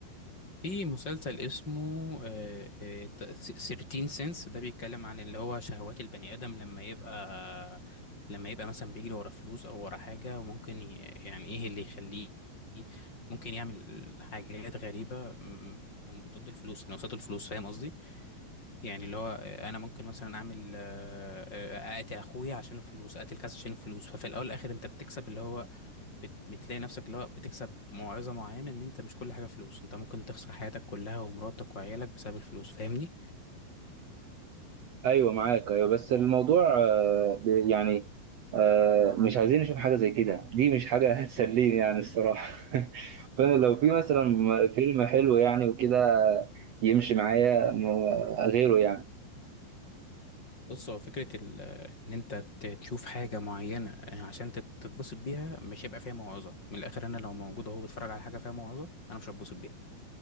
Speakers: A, on the left; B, on the right.
A: في مسلسل اسمه آه، آه، 13 سنس ده بيتكلم عن اللي هو شهوات البني آدم لما يبقى لما يبقى مثلا بيجري ورا فلوس او ورا حاجة وممكن ي- يعني ايه اللي يخليه ممكن يعمل حاجات غريبة م- م- ضد الفلوس يعني قصاد الفلوس فاهم قصدي؟ يعني اللي هو آه، انا ممكن مثلا اعمل آه، آه، اقتل اخويا عشان الفلوس اقتل كذا عشان الفلوس ففي الاول والاخر انت بتكسب اللي هو بت... بتلاقي نفسك اللي هو بتكسب موعظة معينة ان انت مش كل حاجة فلوس انت ممكن تخسر حياتك كلها ومراتك وعيالك بسبب الفلوس فاهمني
B: ايوه معاك ايوه بس الموضوع آه، ب- يعني آه، مش عايزين نشوف حاجه زي كده دي مش حاجه <laughs> هتسليني يعني الصراحه <laughs> فانا لو في مثلا فيلم حلو يعني وكده يمشي معايا م- غيره يعني
A: بص هو فكرة ال... ان انت ت- تشوف حاجة معينة عشان تت- تتبسط بيها مش هيبقى فيها موعظة من الاخر انا لو موجود اهو بتفرج على حاجة فيها موعظة انا مش هتبسط بيها